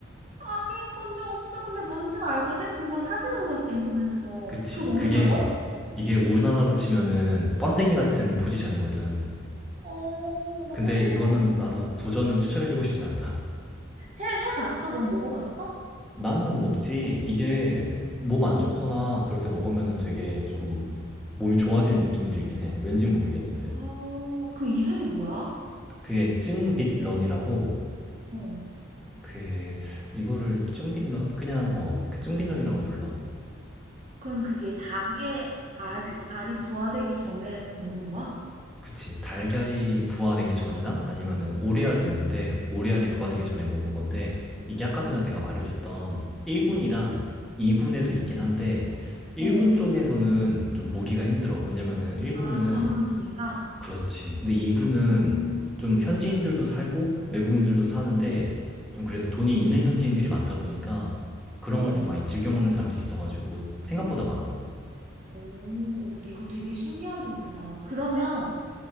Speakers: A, on the right; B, in the centre.
A: 아니, 본 적 없어. 근데 뭔진 알거든? 그거 사진으로 봤어, 인터넷에서.
B: 그치.
A: 그걸 먹는다고?
B: 그게 이게 우리나라로 치면은 번데기 같은 포지션이거든.
A: 어, 나
B: 근데
A: 번데기도
B: 이거는
A: 안 먹는데.
B: 나도 도전은 추천해주고 싶진 않다.
A: 해, 해봤어? 넌 먹어봤어?
B: 나는 먹지. 이게 몸 안 좋거나 그럴 때 먹으면 되게 좀 몸이 좋아지는 느낌이 들긴 해. 왠진 모르겠는데.
A: 아, 그 이름이 뭐야?
B: 그게 쭝빗런이라고
A: 어.
B: 그 이거를 쭝빗런? 그냥 어 쭝빗런이라고 불러.
A: 그럼 그게 닭의 알, 알이 부화되기 전에 먹는 거야?
B: 그치. 달걀이 부화되기 전이나 아니면은 오리알도 있는데 오리알이 부화되기
A: 어.
B: 전에 먹는 건데 이게 아까 전에
A: 응.
B: 내가 말해줬던 1군이랑 2군에도 있긴 한데 1군
A: 어.
B: 쪽에서는 좀 보기가 힘들어. 왜냐면은 1군은
A: 아, 관광지니까?
B: 그렇지. 근데 이구는
A: 음,
B: 좀
A: 음.
B: 현지인들도 살고 외국인들도 사는데 좀 그래도 돈이 있는 현지인들이 많다 보니까 그런
A: 어,
B: 걸 좀 많이 즐겨 먹는 사람들이 있어가지고 생각보다 많어.
A: 오, 오, 이거 되게 신기한 정보다. 그러면